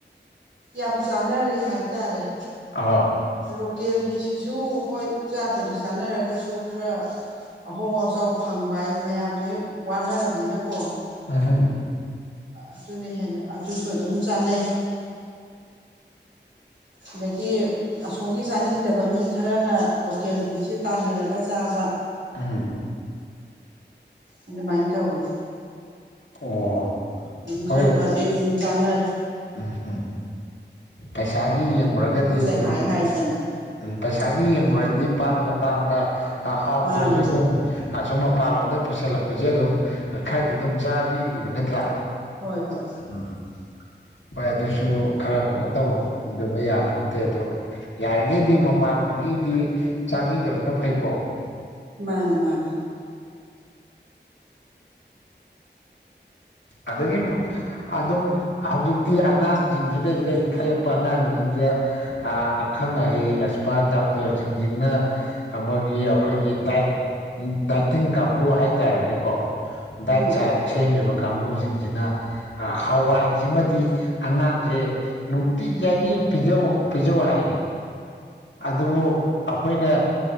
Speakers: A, on the right; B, on the left.
A: ꯌꯥꯝ ꯆꯥꯟꯅꯔꯤ ꯍꯥꯏꯇꯥꯔꯦ
B: ꯑꯥ
A: ꯂꯣꯀꯦꯜꯒꯤꯁꯤꯁꯨ ꯍꯣꯏ ꯆꯥꯕꯨꯗꯤ ꯆꯥꯅꯔꯒꯁꯨ ꯈꯔ ꯑꯍꯣꯡ ꯑꯆꯥꯎ ꯐꯪꯕ ꯍꯥꯏꯗꯤ ꯃꯌꯥꯝꯁꯦ ꯋꯥꯅꯔꯕꯝꯅꯤꯅꯀꯣ
B: ꯑꯨꯝ ꯍꯨꯝ
A: ꯑꯗꯨꯅ ꯍꯦꯟꯅ ꯑꯗꯨꯁꯨ ꯑꯗꯨꯝ ꯆꯥꯟꯅꯩ ꯑꯗꯒꯤ ꯑꯁꯣꯝꯒꯤ ꯆꯥꯅꯤꯡꯗꯕ ꯃꯤ ꯈꯔꯅ ꯂꯣꯀꯦꯜꯒꯤꯁꯤ ꯇꯥꯟꯅꯔꯒ ꯆꯥꯕ
B: ꯎꯝ
A: ꯃꯥꯗꯨꯃꯥꯏ ꯇꯎꯋꯤ
B: ꯑꯣ
A: ꯑꯗꯨꯝ
B: ꯍꯣꯏ
A: ꯈꯔ ꯈꯔꯗꯤ ꯑꯗꯨꯝ ꯆꯥꯟꯅꯩ
B: ꯎꯝ ꯎꯝ ꯄꯩꯁꯥꯒꯤ ꯌꯦꯡꯂꯡꯨꯔꯒꯗꯤ
A: ꯑꯅꯤꯃꯛꯁꯦ
B: ꯑꯗꯨꯝ
A: ꯍꯥꯏ ꯍꯥꯏꯗꯅ
B: ꯎꯝ ꯄꯩꯁꯥꯒꯤ ꯌꯦꯡꯉꯨꯔꯗꯤ ꯄꯥꯝꯗ ꯄꯥꯝꯗ ꯍꯥꯎꯗ꯭ꯔꯁꯨ
A: ꯃꯥꯅꯤ
B: ꯑꯗꯨꯝ ꯑꯁꯨꯝ ꯃꯄꯥꯟꯂꯣꯝꯗꯩ ꯄꯨꯁꯜꯂꯛꯄꯁꯦ ꯑꯗꯨꯝ ꯈꯔꯗꯤ ꯑꯗꯨꯝ ꯆꯥꯕꯤꯔꯤꯕ ꯅꯠꯇ꯭ꯔꯥ
A: ꯍꯣꯏ ꯍꯣꯏ
B: ꯎꯝ ꯍꯣꯏ ꯑꯗꯨꯁꯨ ꯈꯔ ꯀꯩꯅꯣ ꯇꯧꯗꯕ ꯌꯥꯕ ꯐꯣꯟꯇꯦ ꯑꯗꯣ ꯌꯥꯔꯤꯈꯩꯗꯤ ꯃꯄꯥꯟꯂꯣꯝꯒꯤꯗꯤ ꯆꯥꯕꯤꯗꯕꯅ ꯐꯩꯀꯣ
A: ꯃꯥꯅꯦ ꯃꯥꯅꯦ
B: ꯑꯗꯒꯤ ꯑꯗꯨꯝ ꯍꯧꯖꯤꯛꯇꯤ ꯑꯉꯥꯡꯁꯤꯡꯁꯤꯗꯩꯁꯤꯗ ꯏꯟꯈꯠꯂꯛꯄ ꯑꯉꯥꯡꯁꯤꯡꯁꯤꯗ ꯑꯈꯪ ꯑꯍꯩ ꯑꯦꯛꯁꯄꯥꯔꯠ ꯗꯣꯛꯇꯔꯁꯤꯡꯁꯤꯅ ꯑꯃꯒꯤ ꯑꯩꯈꯣꯏꯒꯤ ꯗꯥ ꯗꯥꯏꯇꯤꯟ ꯀꯥꯡꯕꯨ ꯍꯥꯏꯇꯥꯔꯦꯅꯦꯀꯣ ꯗꯥꯏꯠ
A: ꯎꯝ
B: ꯆꯥ ꯁꯦꯝꯃꯤꯕ ꯀꯥꯡꯕꯨꯁꯤꯡꯁꯤꯅ ꯍꯋꯥꯏꯁꯤꯃꯗꯤ ꯑꯉꯥꯡꯁꯦ ꯅꯨꯡꯇꯤ ꯖꯥꯢꯒꯤ ꯄꯤꯖꯥꯎ ꯍꯥꯢꯌꯦ ꯑꯗꯨꯕꯨ ꯑꯩꯈꯣꯏꯅ